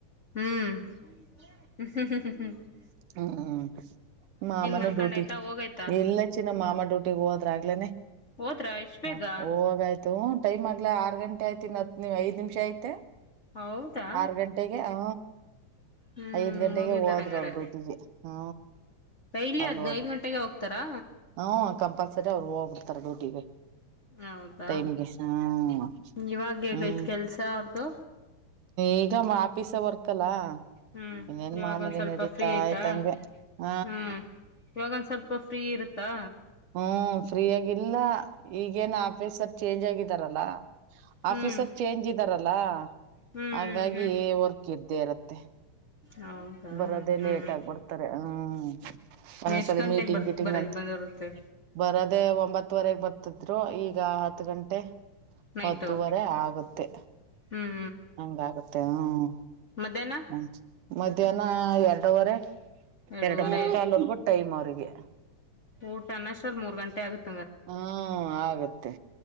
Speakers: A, on the left; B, on the right.
A: ಹ್ಮ್ ಹ್ಮ ಹ್ಮ್ ಹ್ಮ್ ಹ್ಮ್ ಹ್ಮ್
B: ಹ್ಮ್ ಹ್ಮ್ ಮಾಮನು
A: ಮಲ್ಕೊಂಡಯ್ತಾ
B: ಡ್ಯೂಟಿ
A: ಹೋಗಯ್ತಾ
B: ಎಲ್ಲ ಚ ನಮ್ಮ ಮಾಮ ಡ್ಯೂಟಿ ಹೋದ್ರಾಗಗ್ಲೇನೆ
A: ಹೋದ್ರಾ ಎಷ್ಟ್ ಬೇಗ
B: ಹ ಹವಾಗ ಆಯ್ತು ಟೈಮ್ ಆಗ್ ಆ ಗಂಟೆ ಆಯ್ತಿ ಇತ್ ಐದು ನಿಮಿಷ ಆಯತೆ
A: ಹೌದಾ
B: ಆರ್ ಗಂಟೆಗೆ ಹ
A: ಹ್ಮ್
B: ಐದ್ ಗಂಟೆಗೆ
A: ಹೋಗಿದ್ದಾರೆ
B: ಹೋದರು
A: ಹಂಗಾರೆ
B: ಅವರು ಡ್ಯೂಟಿ ಹ್ಮ
A: ಡೈಲಿ
B: ಅವರು
A: ಹದ್ ಐದ್ ಗಂಟೆಗೆ ಹೋಗ್ತಾರಾ
B: ಹ್ಮ ಕಂಪಲ್ಸರಿ ಅವ್ರು ಹೋಗಬ ತರ ಡೋಟಿವವೆ
A: ಹೌದಾ
B: ತೈನಿಕ ಹ್ಮ
A: ಇವಾಗ ಹೇಗೈತ್
B: ಹ್ಮ್
A: ಕೆಲ್ಸ ಅವ್ರ್ದು
B: ಈಗ ಆಫೀಸ ವರ್ಕಲ್ಲ
A: ಹ್ಮ್
B: ಇನ್ನೇನ್
A: ಇವಾಗೊಂದ್
B: ಮಾಮೂಲಿ
A: ಸ್ವಲ್ಪ
B: ನಡೀತಾ
A: ಫ್ರೀ ಆಯ್ತಾ
B: ಆಯ್ತಂಗೆ ಹ
A: ಹ್ಮ್ ಇವಾಗೊಂದ ಸ್ವಲ್ಪ ಫ್ರೀ ಇರುತ್ತಾ
B: ಹ್ಮ್ ಫ್ರೀ ಆಗಿಲ್ಲ ಈಗೇನ್ ಆಫೀಸರ್ ಚೇಂಜ್ ಆಗಿದಾರಲ್ಲಾ ಆಫೀಸರ್
A: ಹ್ಮ್
B: ಚೇಂಜ್ ಇದ್ದಾರಲ್ಲ
A: ಹ್ಮ್
B: ಹಾಗಾಗಿ
A: ಹ್ಮ್ ಹ್ಮ್
B: ವರ್ಕ್ ಇದ್ದೇ ಇರುತ್ತೆ
A: ಹೌದಾ
B: ಬರದೆೇ
A: ಹ್ಮ್
B: ಲೇಟ್ ಆಗ ಬರ್ತಾರೆ ಹ್ಮ್ ಒಂದೊಂದ್
A: ಎಷ್ಟ್
B: ಸಾರಿ
A: ಗಂಟೆಗೆ
B: ಮೀಟಿಂಗ್
A: ಬರ್
B: ಕೀಟಿಂಗ್
A: ಬರ
B: ಅಂತ
A: ಬಂದಿರುತ್ತೆ
B: ಬರದೆೇ ಒಂಬತ್ತವರೆಗೆ ಬರ್ತಿದ್ರು ಈಗ ಈಗ ಹತ್ತು ಗಂಟೆ
A: ನೈಟು
B: ಹತ್ತುವರೆ ಆಗುತ್ತೆ
A: ಹ್ಮ್
B: ಹಂಗ ಆಾಗುತ್ತೆ ಹ್ಮ್
A: ಮಧ್ಯಾಹನ
B: ಹ್ಮ ಮಧ್ಯಾಹ್ನ ಎರಡವರೆ
A: ಎರಡೂವರೆ
B: ಎರಡು ಮುಕ್ಕಾಾಲವರ್ಗೂ ಟೈಮ್ ಅವರಿಗೆ
A: ಊಟ ಅಷ್ಟ್ರಲ್ ಮೂರ್ ಗಂಟೆ ಆಗುತ್ತೆ
B: ಹ್ಮ ಆಗತ್ತೆ